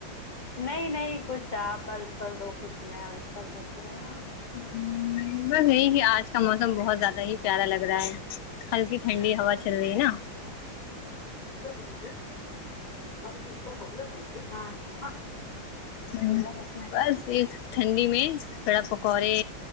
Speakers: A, on the left; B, on the left.
A: نہیں نہیں کچھ آپ ارض کر دو کچھ میں ارض کر دیتی ہوں نا
B: ہ بس یہی کہ آج کا موسم بہت زیادہ ہی پیارا لگ رہا ہے ہلکی ٹھنڈی ہوا چل رہی ہے نا
A: <inaudible>
B: ہ
A: اس میں
B: بس اس ٹھنڈی میں بریڈ پکوڑے